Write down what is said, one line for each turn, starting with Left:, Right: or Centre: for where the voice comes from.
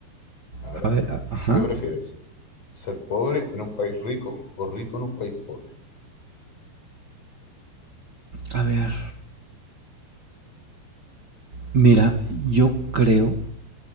Left: Ahora,
Right: <laughs> a ver, ajá.
Left: ¿qué prefieres? ¿Ser pobre en un país rico o rico en un país pobre?
Right: A ver, mira, yo creo,